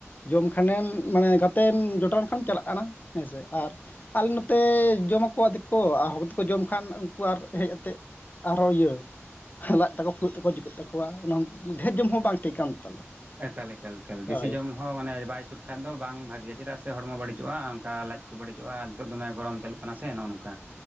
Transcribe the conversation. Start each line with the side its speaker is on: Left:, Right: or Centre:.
Left: ᱡᱚᱢ ᱠᱷᱟᱱᱮᱢ ᱢᱟᱱᱮ ᱜᱟᱛᱮᱢ ᱡᱚᱴᱟᱣ ᱞᱮᱱᱠᱷᱟᱱᱮᱢ ᱪᱟᱞᱟᱜ ᱠᱟᱱᱟ ᱦᱮᱸ ᱥᱮ ᱟᱨ ᱟᱞᱮ ᱱᱚᱛᱮ ᱡᱚᱢᱠᱚᱣᱟᱫᱮᱠᱚ ᱟᱨ ᱦᱚᱲ ᱛᱮᱠᱚ ᱡᱚᱢ ᱠᱷᱟᱱ ᱩᱱᱠᱩ ᱟᱨ ᱦᱮᱡ ᱟᱛᱮᱜ ᱟᱨᱚ ᱤᱭᱟᱹ ᱠᱦᱟᱞᱟᱜ ᱛᱟᱠᱚ ᱯᱷᱩᱲᱩᱜ ᱛᱟᱠᱚ ᱡᱤᱠᱟᱹᱜ ᱛᱟᱠᱚᱣᱟ ᱚᱱᱟ ᱰᱷᱮᱨ ᱡᱚᱢ ᱦᱚᱸ ᱵᱟᱝ ᱴᱷᱤᱠᱟᱱ ᱛᱟᱞᱮ
Right: ᱮᱠᱟᱞ ᱮᱠᱟᱞ ᱮᱠᱟᱞ
Left: ᱦᱳᱭ
Right: ᱵᱤᱥᱤ ᱡᱚᱢ ᱦᱚᱸ ᱢᱟᱱᱮ ᱵᱟᱭ ᱥᱩᱴ ᱠᱷᱟᱱ ᱫᱚ ᱵᱟᱝ ᱵᱷᱟᱜᱮᱭᱟ ᱪᱮᱫᱟᱜ ᱥᱮ ᱦᱚᱲᱢᱚ ᱵᱟᱹᱲᱤᱡᱚᱜᱼᱟ ᱚᱱᱠᱟ ᱞᱟᱡ ᱠᱚ ᱵᱟᱹᱲᱤᱡᱚᱜᱼᱟ ᱱᱤᱛᱚᱜ ᱫᱚᱢᱮ ᱜᱚᱨᱚᱢ ᱪᱟᱞᱩᱜ ᱠᱟᱱᱟ ᱚᱱᱟ‌ ᱥᱮ‌ ᱱᱚᱜᱼᱚ ᱱᱚᱝᱠᱟ